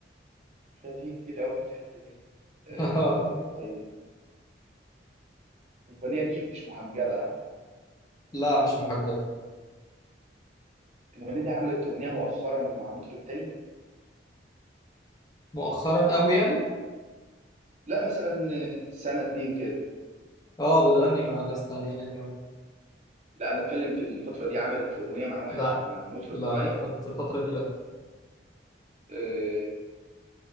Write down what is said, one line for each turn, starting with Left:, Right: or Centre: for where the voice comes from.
Right: شايف في كتير قوي في الحتة دي آه،
Left: <laughs>
Right: طيب المغنية دي مش محجبة ها
Left: لا مش محجبه
Right: المغنية دي عملت أغنية مؤخرا مع مطرب تاني
Left: مؤخرا قوي يعني
Right: لا مثلا آه، سنة اتنين كده
Left: اه بتغني مع ناس تانية يعني
Right: لا انا بتكلم في الفتره دي عملت اغنيه مع واحد
Left: لا
Right: مع مطرب
Left: لا
Right: معين
Left: لا في الفترة دي لا
Right: آه،